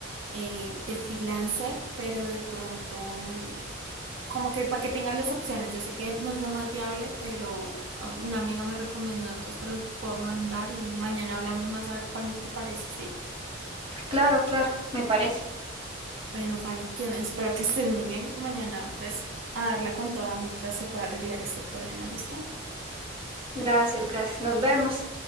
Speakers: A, on the right; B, on the right.
A: eh, de freelancer, pero de pronto, mm, como que para que tengas las opciones, yo sé que no es lo más viable, pero ah, una amiga me recomendó, entonces te los puedo mandar y mañana hablamos más a ver cuál te parece, ¿sí?
B: Claro, claro, me parece.
A: Bueno, Fanny, quiero, espero que estés muy bien y que mañana, pues, a darla con toda mientras se pueda arreglar este problema, ¿listo?
B: Gracias, gracias. Nos vemos.